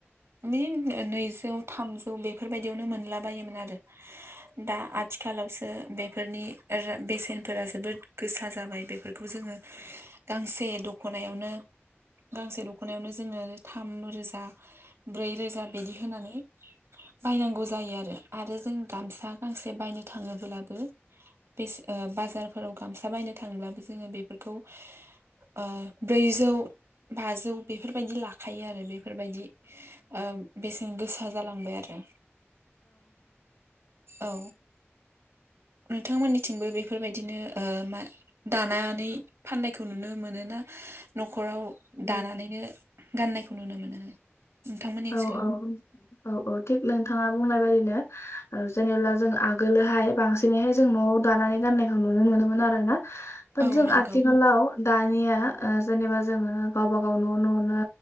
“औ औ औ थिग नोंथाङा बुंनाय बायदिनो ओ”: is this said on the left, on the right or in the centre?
Left